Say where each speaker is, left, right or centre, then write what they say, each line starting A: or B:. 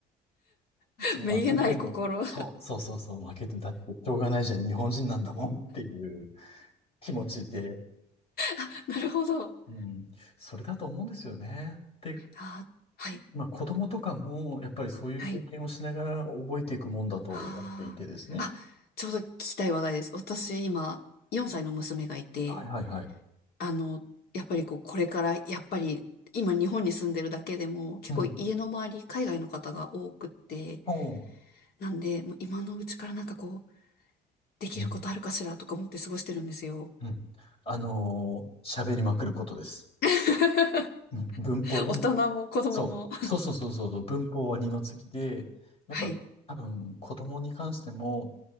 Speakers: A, on the left (about 65°); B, on the left (about 35°).
A: <laughs>
B: の、
A: めげない心。
B: まあ、それでも、そう、そうそうそう、負けて、だって、しょうがないじゃん、日本人なんだもんっていう気持ちで、
A: あ、なるほど。
B: うん、それだと思うんですよね。で、
A: あ、はい。
B: まあ子供とかもやっぱりそういう経験をしながら覚えていくもんだと思っていてですね。
A: はい。ああ。あ、ちょうど聞きたい話題です。私、今、4歳の娘がいて、
B: はいはいはい。
A: あの、やっぱりこう、これから、やっぱり、今、日本に住んでるだけでも、結構家の周り、
B: うん。
A: 海外の方が多くって、
B: おう。
A: なんで、もう今のうちからなんかこう、できることあるかしらとか思って過ごしてるんですよ。
B: うん。うん。あのー喋りまくることです。
A: <laughs>
B: うん。文法。
A: 大人も子供も。
B: そう、そうそうそうそうそう、文法は二の次で、やっぱ多分子供に関しても、
A: はい。